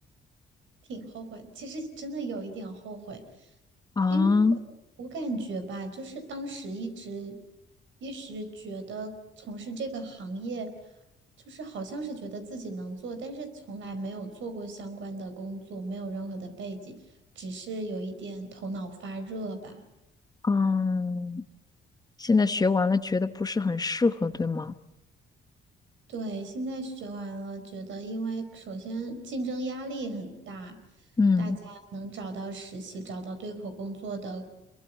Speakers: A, on the right (about 75°); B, on the left (about 20°).
A: 挺后悔，其实真的有一点后悔，
B: 啊，
A: 因为我我感觉吧，就是当时一直一直觉得从事这个行业，就是好像是觉得自己能做，但是从来没有做过相关的工作，没有任何的背景，只是有一点头脑发热吧。
B: 嗯，现在学完了，觉得不是很适合，对吗？
A: 对，现在学完了，觉得因为首先竞争压力很大，
B: 嗯
A: 大家能找到实习、找到对口工作的